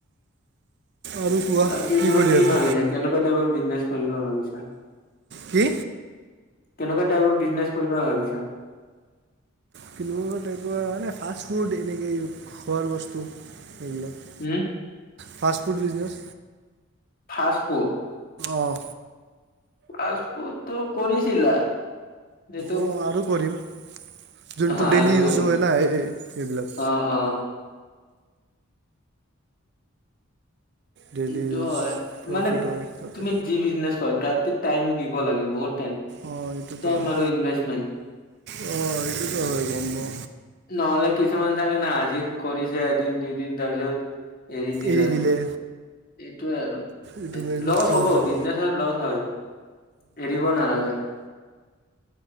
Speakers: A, on the right; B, on the left.
A: আৰু কোৱা
B: বাকী তুমি
A: কৰি
B: কি
A: আছা?
B: ভাবিছা কেনেকুৱা টাইপৰ বিজনেছ কৰিব ভাবিছা?
A: কি
B: কেনেকুৱা তাইপৰ বিজনেছ কৰিব বলি ভাবিছা?
A: ফিল টাইপৰ মানে ফাষ্ট ফুড এনেকৈ খোৱাৰ বস্তু এইেইবিলাক।
B: হও <unintelligible>
A: ফাষ্ট ফুড ব বিজনেছ।
B: Fast food.
A: অঁ্
B: ফাষ্টফুড ত কৰিছিলা এটো।
A: অঁ আৰু কৰিম। যোনটো
B: অ আৰু
A: ডেইলি ইউজ
B: কৰিম
A: হয়
B: অ
A: না এই এইবিলাক
B: অ্
A: ডেইলি
B: ত
A: ইউজ প্ৰফিট
B: মানে
A: হয় তাতে
B: তুমি যি বিজনেছ কৰা তাত টাইম দিব লাগে বহুত টাইম।
A: অ এইটোতো
B: টাইম
A: হয়,
B: আৰু ইনভেষ্টমেন্ট
A: ্অ এইটোতো হয় গম পা্
B: নহ'লে কিছুমান থাকে নাই আজি কৰিছে এদিন দুইদিন তাৰপিছত। দিল
A: এৰি
B: আৰু
A: দিলে,
B: এইটোয়ে
A: এইটো
B: আৰু
A: বিজনেছ
B: লছ
A: ফ্লপ
B: হ'ব
A: যাব
B: বিজনেচত লছ হয়, এৰিব নালাগে